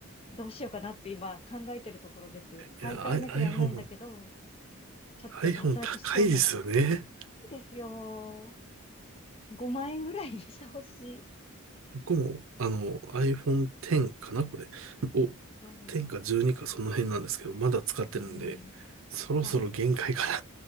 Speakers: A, on the left; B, on the right.
A: どうしようかなって今考えてるところです。買い替えなきゃならないんだけど、
B: いや、I- iPhone も、
A: ちょっと脱落しそうな。
B: iPhone 高いですよね。
A: いいですよ。5万円ぐらいにしてほしい。
B: 僕も、あの、iPhone X かな、これ。を、
A: はい。
B: 10か12かその辺なんですけど、まだ使ってるんで、
A: うん。
B: そろそろ限界かな
A: はい。